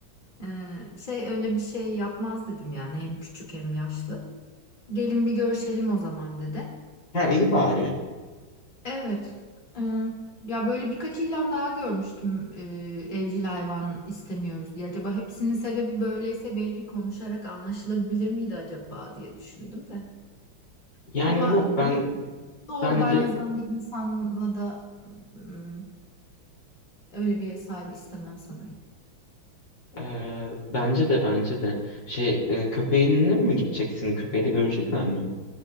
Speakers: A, on the left (about 25°); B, on the left (about 65°).
A: Ee, şey öyle bir şey yapmaz dedim yani hem küçük hem yaşlı. Gelin bir görüşelim o zaman dedi.
B: Ha iyi bağırıyorsun.
A: Evet. Ee, ya böyle birkaç ilan daha görmüştüm ee, evcil hayvan istemiyoruz diye. Acaba hepsinin sebebi böyleyse belki konuşarak anlaşılabilir miydi acaba diye düşündüm de.
B: Yani
A: Ama
B: yok ben
A: onu doğrudan
B: bence
A: yazan bir insanla da ım, öyle bir ev sahibi istemem sanırım.
B: e, bence de bence de şey e, köpeğinle mi gideceksin? Köpeği de görecekler mi?